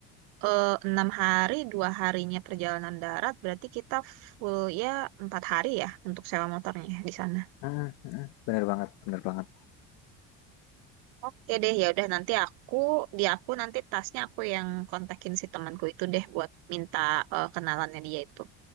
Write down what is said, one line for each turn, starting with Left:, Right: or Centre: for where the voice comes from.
Right: eh, enam hari, dua harinya perjalanan darat, berarti kita full ya empat hari ya untuk sewa motornya di sana.
Left: Mm, mm, bener banget, bener banget.
Right: Oke deh, ya udah nanti aku di aku nanti tasnya aku yang kontakin si temanku itu deh buat minta eh, kenalannya dia itu.